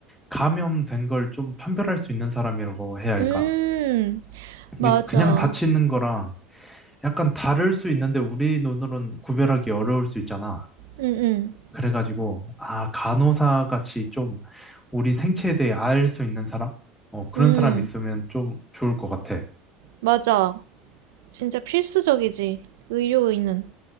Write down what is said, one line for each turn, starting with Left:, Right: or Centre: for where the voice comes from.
Centre: 감염된 걸 좀 판별할 수 있는 사람이라고 해야 할까?
Right: 음, 맞아.
Centre: 이게 그냥 다치는 거랑 약간 다를 수 있는데 우리 눈으로는 구별하기 어려울 수 있잖아.
Right: 응, 응,
Centre: 그래가지고, 아, 간호사 같이 좀 우리 생체에 대해 알 수 있는 사람? 어, 그런
Right: 응,
Centre: 사람 있으면 좀 좋을 것 같아.
Right: 맞아. 진짜 필수적이지. 의료의는.